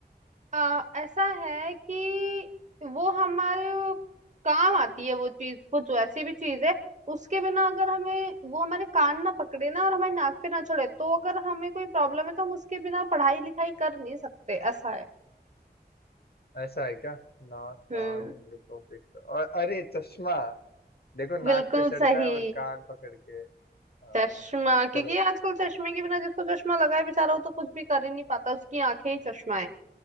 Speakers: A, on the right; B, on the left.
A: आ, ऐसा है कि वो हमारे काम आती है वो चीज वो जो ऐसी भी चीज है उसके बिना अगर हमें वो हमारे कान ना पकड़े ना और हमारी नाक पे ना चढ़े तो अगर हमें कोई प्रॉब्लम है तो हम उसके बिना पढ़ाई लिखाई कर नहीं सकते ऐसा है
B: <clears throat> ऐसा है क्या नाक
A: हम्म
B: कान रुको देखते और अरे चश्मा देखो नाक
A: बिल्कुल
B: पे चढ़ता
A: सही
B: है और कान पकड़ के हाँ
A: चश्मा क्योंकि
B: चलो
A: आजकल चश्मे के बिना जिसको चश्मा लगा है बेचारा वो तो कुछ भी कर ही नहीं पाता उसकी आंखें ही चश्मा है